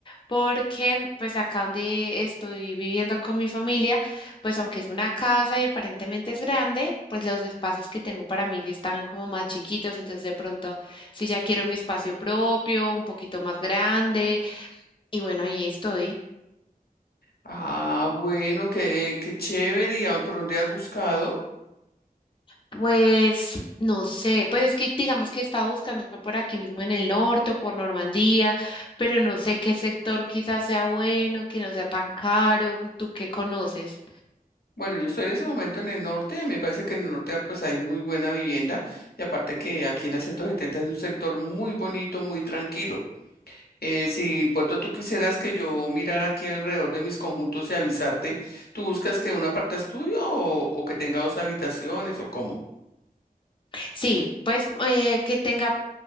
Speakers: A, on the left; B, on the left.
A: porque pues acá donde estoy viviendo con mi familia, pues aunque es una casa y aparentemente es grande, pues los espacios que tengo para mí sí están como más chiquitos, entonces de pronto si ya quiero mi espacio propio, un poquito más grande, y bueno, ahí estoy.
B: Ah, bueno, qué, qué chévere, ¿y a- por dónde has buscado?
A: Pues no sé, pues es que digamos que estaba buscando por aquí mismo en el norte o por Normandía, pero no sé qué sector quizás sea bueno, que no sea tan caro, ¿tú qué conoces?
B: Bueno, yo estoy en ese momento en el norte, a mí me parece que en el norte pues hay muy buena vivienda y aparte que aquí en la 170 es un sector muy bonito, muy tranquilo. Eh, si pronto tú quisieras que yo mirara aquí alrededor de mis conjuntos y avisarte, ¿tú buscas que un aparta estudio o, o que tenga dos habitaciones o cómo?
A: Sí, pues eh, que tenga,